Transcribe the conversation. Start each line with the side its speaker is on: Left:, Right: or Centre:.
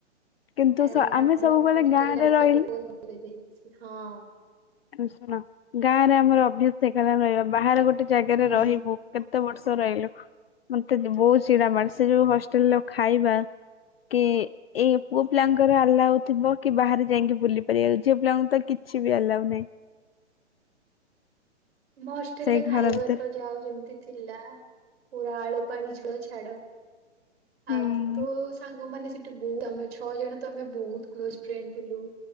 Left: କିନ୍ତୁ
Right: ଆରେ
Left: ସ
Right: ନା
Left: ଆମେ
Right: ମୋ
Left: ସବୁବେଳେ
Right: ହଷ୍ଟେଲ
Left: ଗାଁରେ
Right: ଲାଇ
Left: ରହିଲେ
Right: ତ ବହୁତ ଭଲ ଯାଇଛି ହଁ।
Left: ଶୁଣ ଗାଁ ରେ ଆମର ଅଭ୍ୟାସ ସେଖାରେ ରହିବ ବାହାରେ ଗୋଟେ ଜାଗାରେ
Right: ହୁଁ
Left: ରହିବୁ। କେତେ ବର୍ଷ ରହିଲୁ? ମତେ ବହୁତ ଚିଡା ମାଡେ, ସେ ଯୋଉ ହଷ୍ଟେଲରେ ଖାଇବା କି ଏଇ ପୁଅ ପିଲାଙ୍କର ଆଲା୍ଉ ଥିବ କି ବାହାରେ ଯାଇକି ବୁଲି ପାରିବା ଝିଅ ପିଲାଙ୍କଙ୍କୁ ତ କିଛି ବି ଆଲ୍ଉ ନାହିଁ।
Right: ମୋ ହଷ୍ଟେଲରେ
Left: ସେଇ
Right: ଖାଇବା
Left: ଘର ଭିତରେ
Right: ତ ଯା ହଉ ଯେମିତି ଥିଲା ପୁରା ଆଳୁ ପାଣି ଝୋଳ ଛାଡ
Left: ହୁଁ
Right: ଆଉ କିନ୍ତୁ ସାଙ୍ଗମାନେ ସେ ଠି, ବହୁ ତମେ ଛଅ ଜଣ ତ ଆମେ ବହୁତ କ୍ଲୋଜ ଫ୍ରେଣ୍ଡ ଥିଲୁ।